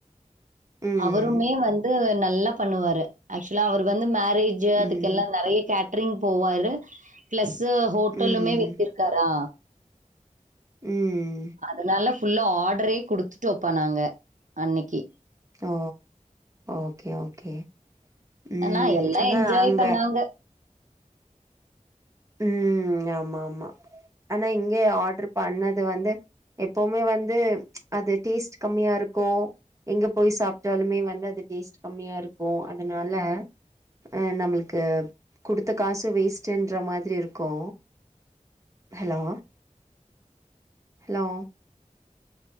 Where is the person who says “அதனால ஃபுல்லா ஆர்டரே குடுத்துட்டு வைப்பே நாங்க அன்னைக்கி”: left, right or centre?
Right